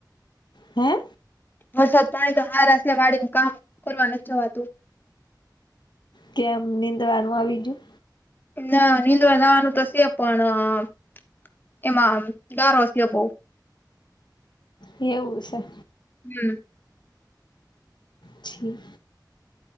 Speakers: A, on the left; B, on the left.
A: હે
B: વરસાદ પાણી તો હારા થીયા વાડીમા કામ કરવા નથી જવાતું
A: કેમ નીંદવાનું આવીજું
B: ના નીંદવા જાવાનું તો છે પણ એમાં ગારો છે બવ
A: એવું છે.
B: હમ્મ
A: છી